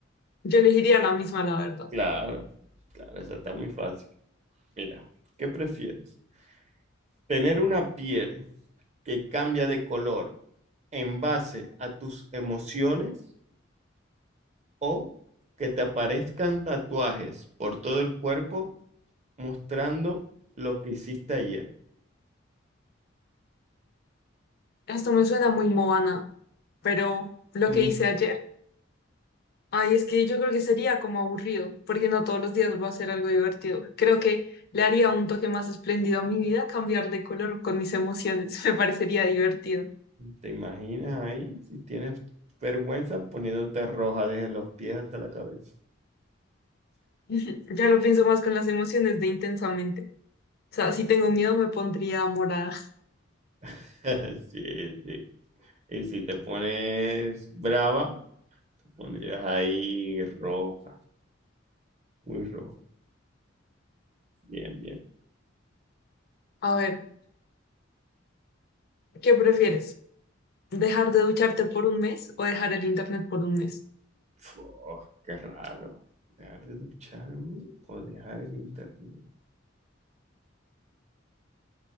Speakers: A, on the left; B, on the right.
A: Yo elegiría la misma, la verdad.
B: Claro, claro, esa está muy fácil. Mira, ¿qué prefieres? ¿Tener una piel que cambia de color en base a tus emociones o que te aparezcan tatuajes por todo el cuerpo mostrando lo que hiciste ayer?
A: Esto me suena muy Moana, pero lo
B: Mm,
A: que hice ayer, ay, es que yo creo que sería como aburrido, porque no todos los días va a ser algo divertido. Creo que le haría un toque más espléndido a mi vida cambiar de color con mis emociones, <laughs> me parecería divertido.
B: ¿Te imaginas ahí si tienes vergüenza poniéndote roja desde los pies hasta la cabeza?
A: Ujú. Ya lo pienso más con las emociones de intensamente. O sea, si tengo miedo me pondría morada.
B: <laughs> Sí, sí. Y si te pones brava, Tú pondrías ahí roja, muy roja. Bien, bien.
A: A ver, ¿qué prefieres? ¿Dejar de ducharte por un mes o dejar el internet por un mes?
B: Fu, qué raro. ¿Dejar de ducharme o dejar el internet?